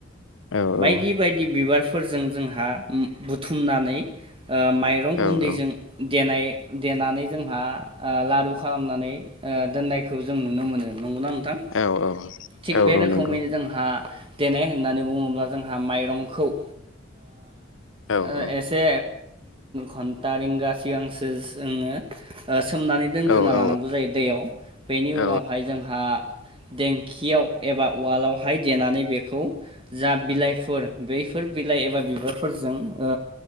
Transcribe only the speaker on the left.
औ
औ औ
औ औ
औ
औ
नंगौ
औ
औ
औ औ
औ